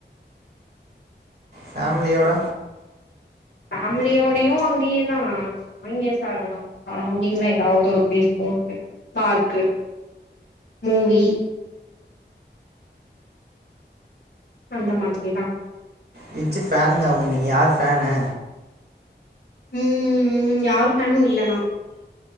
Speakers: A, on the right; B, on the left.
A: ஃபேமிலியோட
B: ஃபேமிலியோடயு அங்கேயே தா ஆங்லேஸ்கார ஒருத்தவங்க சரௌண்டிங்லா எதாவது ஒரு பிளேஸ் போறது பார்க்கு மூவி அந்த மாதிரி தா
A: விச்சு ஃபேனுங்க அவுங்க நீங்க யார் ஃபேனு
B: ம் ம் யாரு ஃபேனு இல்லனா